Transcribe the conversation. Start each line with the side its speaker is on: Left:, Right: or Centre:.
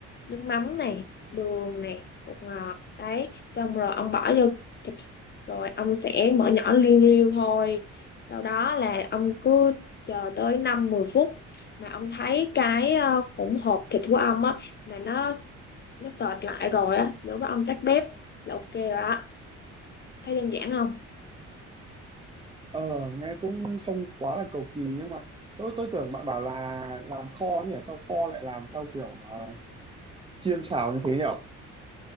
Left: nước mắm này đường này bột ngọt đấy xong rồi ông bỏ vô thịt rồi ông sẽ mở nhỏ liu riu thôi sau đó là ông cứ chờ tới năm mười phút mà ông thấy cái ờ, hỗn hợp thịt của ông á mà nó nó sệt lại rồi á lúc đó ông tắt bếp là ok rồi đó thấy đơn giản không
Right: Ờ, nghe cũng không quá là cầu kỳ nhưng mà tôi tôi tưởng bạn bảo là làm kho thì sao kho lại làm theo kiểu ờ, chiên xào như thế nhỉ?